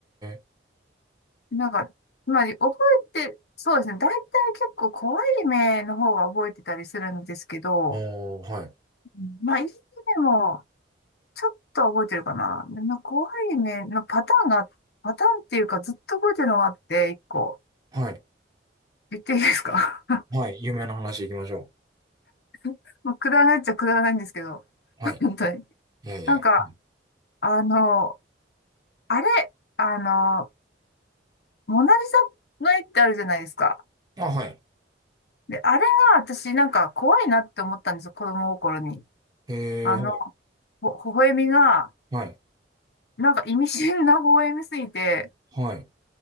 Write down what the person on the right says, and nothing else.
え。
おー、はい。
はい。
はい。有名な話行きましょ
う。はい。
いやいや。
うん
あ、はい。
へえ、
は
い。
はい。